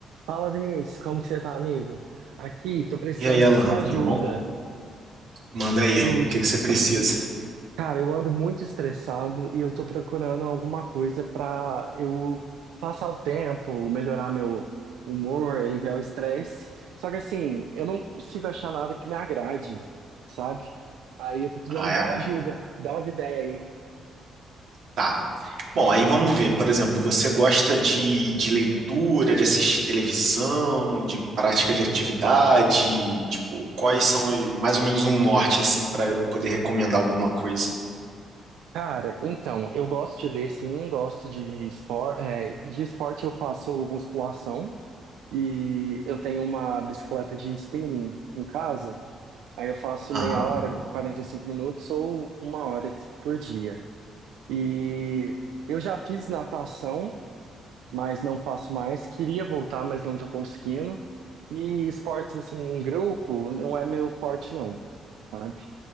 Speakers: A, on the right; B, on the right.
A: Fala, Vinícius, como que você tá, amigo? Aqui, tô precisando
B: E aí,
A: da
B: Alan,
A: sua ajuda.
B: tudo bom? Manda aí,
A: Tudo.
B: o que que você precisa?
A: Cara, eu ando muito estressado e eu tô procurando alguma coisa pra eu passar o tempo, melhorar meu humor, aliviar o estresse. Só que assim, eu não consigo achar nada que me agrade, sabe? Aí eu tô precisando
B: Ah,
A: da
B: é?
A: ajuda, dá umas ideias aí.
B: Tá. Bom, aí vamos ver, por exemplo, você gosta de, de leitura, de assistir televisão, de prática de atividade? Tipo, quais são eh, mais ou menos um norte, assim, para eu poder recomendar alguma coisa?
A: Cara, então, eu gosto de ler, sim, gosto de esporte. de esporte eu faço musculação. E eu tenho uma bicicleta de spinning em casa. Aí eu faço
B: Aham.
A: meia hora, 45 minutos ou uma hora por dia. E eu já fiz natação, mas não faço mais. Queria voltar, mas não tô conseguindo. E esportes assim em grupo não é meu forte não, sabe?